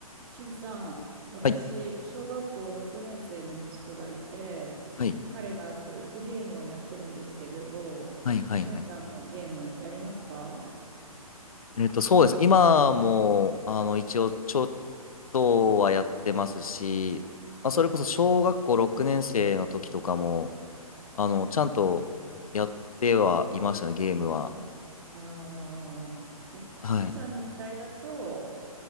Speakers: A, on the right (about 40°); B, on the left (about 70°).
A: しゅんさん、私、
B: はい、
A: 小学校6年生の息子がいて、
B: はい、
A: 彼がずっとゲームをやってるんですけれど、
B: はい、はい。
A: しゅんさんもゲームやりますか
B: はいえっと、そうです。今も、あの、一応、ちょっとはやってますし、まあ、
A: はい。
B: それこそ小学校6年生の時とかも、あの、ちゃんとやってはいましたね、ゲームは。
A: ああ。で、
B: はい。
A: しゅんさんの時代だと、